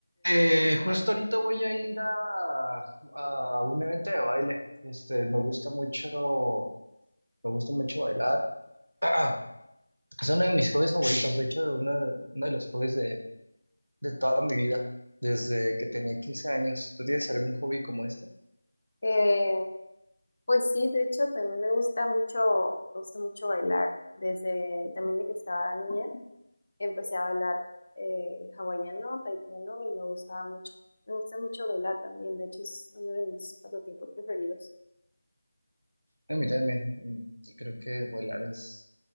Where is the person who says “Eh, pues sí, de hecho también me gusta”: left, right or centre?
Left